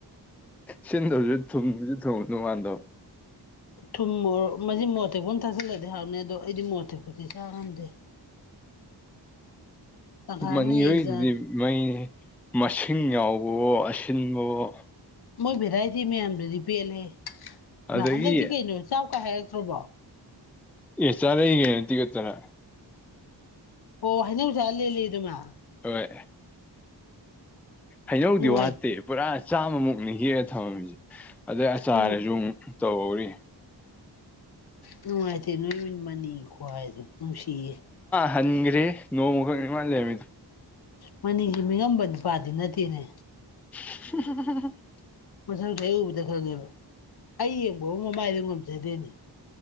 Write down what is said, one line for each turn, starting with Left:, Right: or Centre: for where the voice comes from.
Centre: ꯁꯤꯟꯗꯕꯁꯨ ꯊꯨꯝꯁꯨ ꯊꯨꯝꯉꯅꯨ ꯃꯥꯟꯗꯣ
Left: ꯊꯨꯝ ꯃꯣꯔ ꯃꯁꯤ ꯃꯣꯔꯠꯇꯦꯛꯕꯝ ꯊꯥꯖꯤꯜꯂꯗꯤ ꯍꯥꯏꯥꯎꯅꯤ ꯑꯗꯣ ꯑꯩꯗꯤ ꯃꯣꯠꯇꯦꯄꯗꯤ ꯆꯥ ꯉꯝꯗꯦ ꯇꯪꯈꯥꯏ
Centre: ꯃꯅꯤꯍꯣꯏꯗꯨꯗꯤ
Left: ꯑꯃꯅ ꯍꯌꯦꯡ ꯆꯥ
Centre: ꯃꯩꯅꯦ ꯃꯁꯤꯡ ꯌꯥꯎꯕꯋꯣ ꯑꯁꯤꯟꯕꯋꯣ
Left: ꯃꯣꯏ ꯚꯦꯔꯥꯏꯇꯤ ꯃꯌꯥꯝꯗꯨꯗꯤ ꯄꯦꯜꯂꯦ
Centre: ꯑꯗꯒꯤ
Left: ꯍꯟꯗꯛꯇꯤ ꯀꯩꯅꯣ ꯆꯥꯎꯀꯥꯏ ꯍꯥꯏꯔꯛꯇ꯭ꯔꯣꯕꯣ
Centre: ꯑꯦ ꯆꯔꯦꯒ ꯇꯤꯒꯠꯇꯔ
Left: ꯑꯣ ꯍꯥꯏꯅ ꯎꯁ ꯂꯩ ꯑꯗꯨꯃ
Centre: ꯍꯣꯏ ꯍꯩꯅꯧꯗꯤ
Left: ꯅꯨꯡꯉꯥꯏ
Centre: ꯋꯥꯠꯇꯦ ꯄꯨꯔꯥ ꯆꯥꯝꯃꯨꯛꯅꯤ ꯍꯦꯛꯑ ꯊꯝꯃꯝꯃꯤꯁꯦ ꯑꯗꯩ ꯑꯆꯥꯔꯁꯨ
Left: ꯎꯝ
Centre: ꯑꯃꯨꯛ ꯇꯧꯔꯤ
Left: ꯅꯨꯡꯉꯥꯏꯇꯦ ꯅꯣꯏ ꯃꯤꯠ ꯃꯅꯤ ꯈ꯭ꯋꯥꯏꯗꯣ ꯅꯨꯡꯁꯤꯌꯦ
Centre: ꯍꯪꯒ꯭ꯔꯦ ꯅꯣꯡꯃꯨ ꯈꯪꯅꯤ ꯃꯥꯜꯂꯦꯃꯤꯗꯨ
Left: ꯃꯅꯤꯒꯤ ꯃꯤꯉꯝꯕ ꯅꯨꯄꯥꯗꯤ ꯅꯠꯇꯦꯅꯦ
Centre: <inaudible>
Left: ꯃꯊꯪꯁ ꯑꯩ ꯎꯕꯗ ꯈꯪꯉꯦꯕ ꯑꯩ ꯌꯦꯡꯕ ꯃꯃꯥꯏꯗ ꯉꯝꯖꯗꯦꯅꯦ